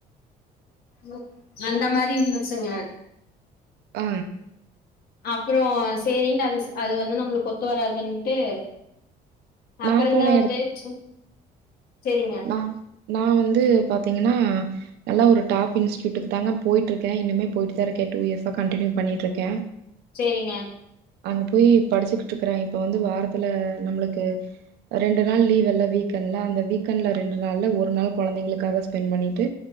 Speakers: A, on the left (about 65°); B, on the right (about 75°).
A: ம் அந்தமாரி இருந்துச்சுங்க
B: அ
A: <inaudible> அப்புறோ சேரின்ட்டு அது அது வந்து நம்ளுக்கு ஒத்து வராதுன்ட்டு அப்புறோதா
B: நா போன
A: வந்து சும் சேரிங்க
B: அ நா வந்து பாத்தீங்கன்னா நல்ல ஒரு டாப் இன்ஸ்ட்டியூட்டுக்கு தாங்க போய்ட்ருக்கே இன்னுமே போய்ட்டுதா இருக்கே டூ இயர்ஸா கன்டினியூ பண்ணிட்ருக்கே
A: சேரிங்க
B: அங்க போய் படிச்சுக்கிட்ருக்குறே இப்ப வந்து வாரத்துல நம்முளுக்கு ரெண்டு நாள் லீவுல்ல வீக் என்ட்ல அந்த வீக் கண்ட்ல ரெண்டு நாள்ல ஒரு நாள் கொழந்தைங்களுக்காக ஸ்பெண்ட் பண்ணிட்டு